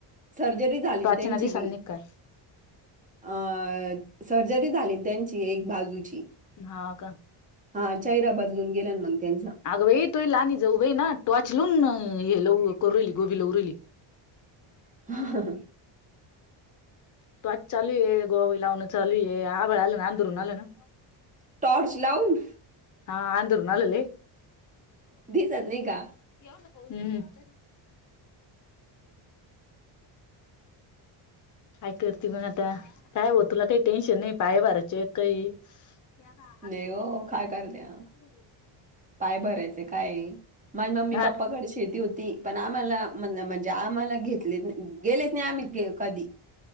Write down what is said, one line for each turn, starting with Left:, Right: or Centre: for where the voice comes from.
Right: सर्जरी झाली
Left: वाचना
Right: त्यांची
Left: दिसांनी
Right: बी
Left: काय
Right: अ सर्जरी झाली त्यांची एक बाजूची.
Left: हा का
Right: हा हिरा बदलून गेल्यान मग त्यांचा..
Left: अगं बाई तोही लाणी जाऊ बाई ना टॉर्च लुून हे लव करली गोबी लवली.
Right: <unintelligible>
Left: तो आज चालू ये गोवाई लावं चालू ये आवड आलं ना अंदरून आलं ना.
Right: टॉर्च लाऊण.
Left: हा. आंधरून आलेलंय.
Right: दिसत नाही का?
Left: <inaudible> काय करते मग आता? काय बाई तुला काही टेन्शन नाही. पाय भरायचे काही. ते आता हात
Right: नाही
Left: भरेल
Right: हो
Left: आहे. मला
Right: काय करत्या
Left: कुठेे-
Right: पाय भरायचं काय? माझी मम्मी
Left: हा
Right: पप्पाकडे शेती होती. पण आम्हाला म्हणजे आम्हाला घेतले नाही. गेलोच नाही आम्ही कधी.